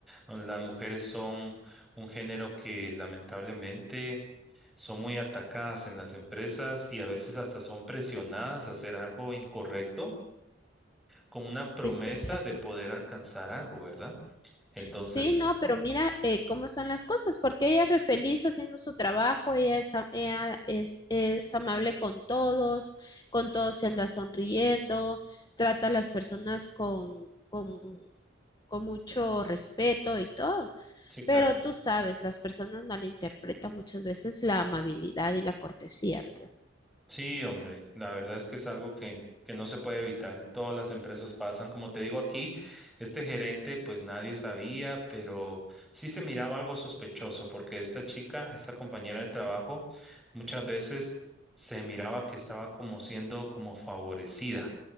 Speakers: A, in the centre; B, on the left.
A: No, Las mujeres son un género que lamentablemente son muy atacadas en las empresas y a veces hasta son presionadas a hacer algo incorrecto con una
B: Sí,
A: promesa
B: fíjate.
A: de poder alcanzar algo, ¿verdad? Entonces,
B: Sí, no, pero mira eh, cómo son las cosas, porque ella es re feliz haciendo su trabajo, ella es, a- ella es, es amable con todos, con todos se anda sonriendo, trata a las personas con, con, con mucho respeto y todo,
A: sí, claro.
B: pero tú sabes, las personas malinterpretan muchas veces la amabilidad y la cortesía, ¿verdad?
A: Sí, hombre, la verdad es que es algo que, que no se puede evitar. En todas las empresas pasan. Como te digo aquí, este gerente, pues nadie sabía, pero sí se miraba algo sospechoso, porque esta chica, esta compañera de trabajo, muchas veces se miraba que estaba como siendo como favorecida.